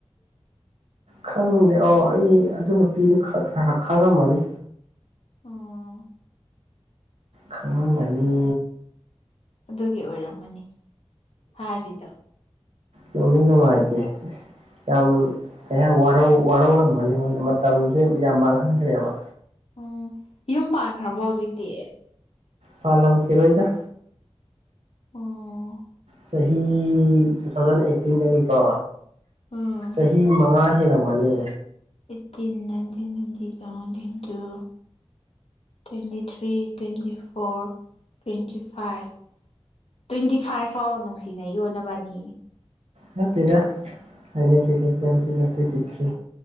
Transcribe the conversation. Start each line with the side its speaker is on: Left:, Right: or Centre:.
Right: ꯈꯪꯗꯦ ꯑꯣ ꯑꯩ ꯑꯗꯨ ꯅꯨꯄꯤꯗꯨ ꯈ ꯈꯔ ꯈꯪꯉꯝꯃꯅꯤ
Left: ꯑꯣꯥ
Right: ꯈꯪꯂꯝꯒꯅꯤ
Left: ꯑꯗꯨꯒꯤ ꯑꯣꯏꯔꯝꯒꯅꯤ ꯍꯥꯏꯔꯤꯗꯣ
Right: UNINTELLIGIBLE ꯅꯨꯡꯉꯥꯏꯇꯦ ꯌꯥꯝ ꯀꯩ ꯍꯥꯏ ꯋꯥꯔꯧ ꯋꯥꯔꯧꯔꯝꯕꯅꯤ ꯑꯩꯉꯣꯟꯗ ꯃꯇꯝꯁꯦ ꯌꯥꯝ ꯃꯥꯡꯍꯟꯈ꯭ꯔꯦꯕ
Left: ꯎꯝ ꯌꯨꯝ ꯄꯥꯟꯈ꯭ꯔꯕꯣ ꯍꯧꯖꯤꯛꯇꯤ
Right: ꯄꯥꯂꯝ ꯈꯤꯔꫭꯏꯗ
Left: ꯑꫭ
Right: ꯆꯍꯤ ꯇꯨ ꯊꯥꯎꯖꯟ ꯑꯩꯠꯇꯤꯟꯗꯒꯤꯀꯣ
Left: ꯎꯝ
Right: ꯆꯍꯤ ꯃꯉꯥ ꯍꯦꯜꯂꯝꯃꯅꯦ
Left: ꯏꯠꯇꯤꯟ nineteen twenty twenty one twenty two twenty three twenty four twenty five twenty five ꯐꯥꯎ ꯅꯨꯡꯁꯤꯅ ꯌꯣꯟ ꯅꯕꯅꯤ
Right: ꯅꯠꯇꯗ ꯍꯥꯏꯖ ꯇꯠ ꯀ ꯅꯠꯇ ꯇ꯭ꯋꯦꯟꯇꯤ ꯊꯔꯤ